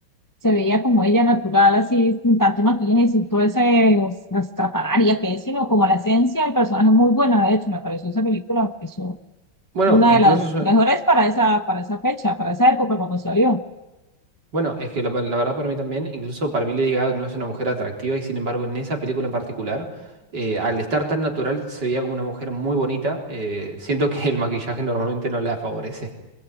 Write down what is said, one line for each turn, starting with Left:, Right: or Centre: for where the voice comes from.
Left: se veía como ella natural, así, sin tanto maquillaje, y sin todo ese, os- las estrafalarias que es, sino como la esencia del personaje muy buena, de hecho, me pareció esa película, es
Right: Bueno,
Left: una
Right: e
Left: de
Right: incluso,
Left: las
Right: yo-
Left: mejores para esa, para esa fecha, para esa época cuando salió.
Right: bueno, es que la, la verdad para mí también, incluso para mí Lady Gaga no es una mujer atractiva y sin embargo en esa película en particular, eh, al estar tan natural se veía como una mujer muy bonita, eh, siento que el maquillaje normalmente no la favorece.